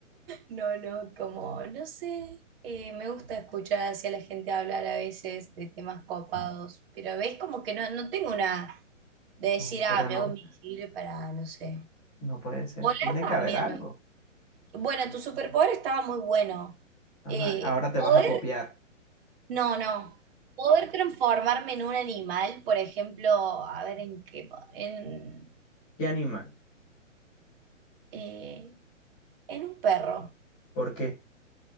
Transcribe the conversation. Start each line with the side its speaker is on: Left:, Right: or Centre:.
Right: no, no, como, no sé. Eh, me gusta escuchar hacia la gente hablar a veces de temas copados, pero ves como que no, no tengo una de decir,
Centre: No,
Right: ah,
Centre: Pero
Right: me
Centre: no,
Right: hago invisible para, no sé.
Centre: no puede ser.
Right: Volar
Centre: Tiene
Right: también
Centre: que haber algo.
Right: me Bueno, tu superpoder estaba muy bueno.
Centre: Ajá.
Right: Eh,
Centre: Ahora te
Right: poder,
Centre: vas a copiar.
Right: no, no. Poder transformarme en un animal, por ejemplo, a ver en qué, po- en,
Centre: ¿Qué animal?
Right: eh, en un perro.
Centre: ¿Por qué?